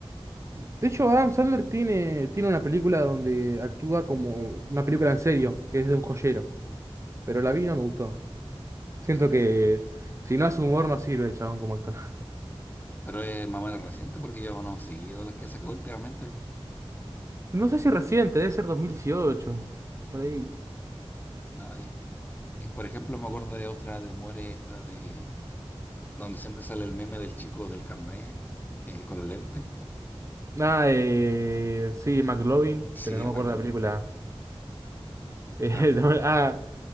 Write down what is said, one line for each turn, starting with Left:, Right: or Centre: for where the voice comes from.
Right: De hecho, Adam Sandler tiene, tiene una película donde actúa como una película en serio, que es de un joyero, pero la vi y no me gustó.
Left: nada.
Right: Siento que si no hace humor no sirve el chabón como actor.
Left: Pero es más o menos reciente porque yo no he seguido las que ha sacado últimamente.
Right: No sé si reciente, debe ser 2018. Por ahí.
Left: Eh, Y por ejemplo, me acuerdo de otra de humores, esta de donde siempre sale el meme del chico del carnet eh, con los lentes.
Right: Ah, eh, sí, McLovin,
Left: Sí,
Right: pero no
Left: en
Right: me acuerdo
Left: McLovin.
Right: de la película. Eh,
Left: La,
Right: <laughs> no, ah,